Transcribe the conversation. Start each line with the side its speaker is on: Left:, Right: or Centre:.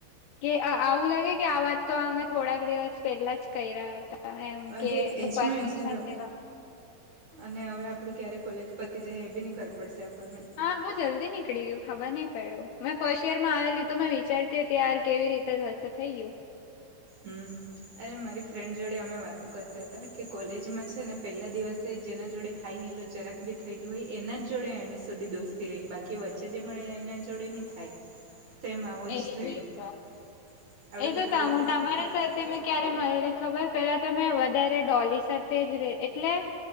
Left: કે આવું લાગે કે આ વાત તો અમે થોડાક દિવસ પહેલા જ કર રહ્યા હતા. એમ
Right: અરે
Left: કે બ
Right: એજ
Left: પરમિશન
Right: મેં વિચાર્યું
Left: લેવા
Right: અને હવે આપડું ક્યારે કોોલેજ પતિ જશે એ બી ન ખબર પડશે આપણને
Left: હા બહુ જલ્દી નીકળી ગયું ખબર નહ પડ્યું મેં ફર્સ્ટ યરમાં આવેલીું તો મેં વિચારતી હતી ાર કેવી રીતે થઈ ગયું.
Right: હમ અરે મારી ફ્રેન્ડ જોડે અમે વાતો કરતા હતા કે કોલેજમાં છે ને પેલા દિવસ જેના જોડે હાઈ હેલો જરાક ભી થયેલું હોય એના જ જોડે એને સુધી દોસ્તી રહી બાકી કે વચ્ચે જે મળે એના જોડે નહી થાય. સેમ આવું
Left: એ
Right: જ થયું
Left: બી
Right: આપડે
Left: છે. એ તો
Right: પેલા
Left: તમ
Right: દિવસે ખાઈલો
Left: તમારા સાથે
Right: થયેલો
Left: મેં ક્યારે મળેલી ખબર પેલા તો મેં વધારે ડોલી સાથે જ ર એટલે